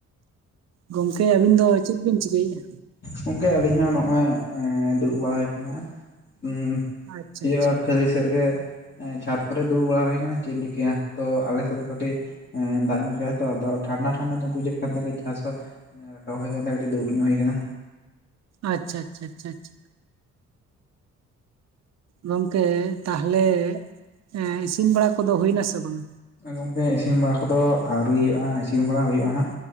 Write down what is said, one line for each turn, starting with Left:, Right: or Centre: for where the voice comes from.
Right: ᱜᱚᱝᱠᱮ ᱟᱹᱵᱤᱱ ᱫᱚ ᱪᱮᱫ ᱵᱤᱱ ᱪᱤᱠᱟᱹᱭᱮᱫᱼᱟ?
Left: ᱜᱚᱝᱠᱮ ᱟᱞᱤᱧ ᱦᱚᱸ ᱱᱚᱜᱼᱚᱭ ᱮᱸ ᱫᱩᱲᱩᱵ ᱵᱟᱲᱟᱭ ᱠᱟᱱᱟ ᱩᱸ
Right: ᱟᱪᱪᱷᱟ
Left: ᱪᱮᱫ
Right: ᱟᱪᱪᱷᱟ
Left: ᱟᱨ ᱠᱷᱟᱹᱨᱟᱹᱭ ᱥᱮᱫ ᱨᱮ ᱜᱮ ᱦᱮᱸ ᱪᱷᱟᱫ ᱠᱚᱨᱮ ᱫᱩᱲᱩᱵ ᱵᱟᱲᱟ ᱦᱩᱭ ᱟᱠᱟᱱᱟ ᱪᱮᱫ ᱮᱢ ᱪᱤᱠᱟᱹᱭᱟ ᱛᱚ ᱟᱞᱮ ᱥᱮᱫ ᱫᱚ ᱠᱟᱹᱴᱤᱡ ᱮᱸ ᱫᱟᱜ ᱧᱚᱜ ᱠᱟᱫᱟᱭ ᱛᱚ ᱟᱫᱚ ᱴᱷᱟᱱᱰᱟ ᱴᱷᱟᱱᱰᱟ ᱧᱚᱜ ᱵᱩᱡᱷᱟᱹᱜ ᱠᱟᱱᱛᱮ ᱠᱟᱹᱡ ᱴᱷᱟᱥ ᱦᱚᱸ ᱨᱟᱠᱟᱵ ᱦᱩᱭ ᱠᱟᱱᱭᱮ ᱠᱟᱹᱴᱤᱡ ᱫᱩᱲᱩᱵ ᱧᱚᱜ ᱦᱩᱭ ᱠᱟᱱᱟ
Right: ᱟᱪᱪᱷᱟ ᱟᱪᱪᱷᱟ ᱟᱪᱪᱷᱟ ᱟᱪᱪᱷᱟ ᱟᱪᱪᱷᱟ ᱜᱚᱝᱠᱮ ᱛᱟᱦᱞᱮ ᱮᱸᱜ ᱤᱥᱤᱱ ᱵᱟᱲᱟ ᱠᱚᱫᱚ ᱦᱩᱭᱱᱟ ᱥᱮ ᱵᱟᱝ
Left: ᱜᱚᱝᱠᱮ ᱤᱥᱤᱱ ᱵᱟᱲᱟ ᱠᱚᱫᱚ ᱟᱣᱨᱤ ᱦᱩᱭᱩᱜᱼᱟ ᱦᱟᱸᱜ ᱤᱥᱤᱱ ᱵᱟᱲᱟ ᱦᱩᱭᱩᱜᱼᱟ ᱦᱟᱸᱜ